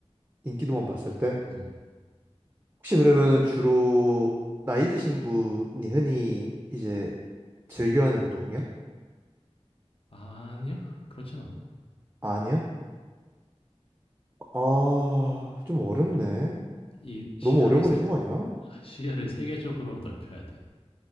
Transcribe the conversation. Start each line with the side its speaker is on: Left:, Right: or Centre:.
Right: 인기도만 봤을 때
Left: 음.
Right: 혹시 그러면은 주로 나이 드신 분이 흔히 이제 즐겨하는 운동이야?
Left: 아니야 그렇진 않아.
Right: 아니야? 아, 좀 어렵네.
Left: 이 시야를
Right: 너무 어려운
Left: 세
Right: 거 내준 거 아니야?
Left: 아, 시야를 세계적으로 넓혀야 돼.